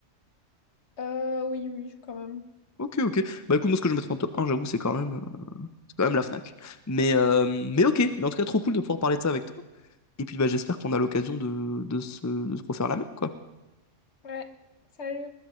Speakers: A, on the left (about 60°); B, on the left (about 25°).
A: Euh, oui, oui, quand même.
B: Ok, ok. Bah écoute, moi ce que je mettrais en top un j'avoue, c'est quand même. euh, C'est quand même la Fnac. Mais, euh, mais ok, mais en tout cas, trop cool de pouvoir parler de ça avec toi. Et puis bah, j'espère qu'on a l'occasion de, de se, de se refaire la même, quoi.
A: Ouais, salut.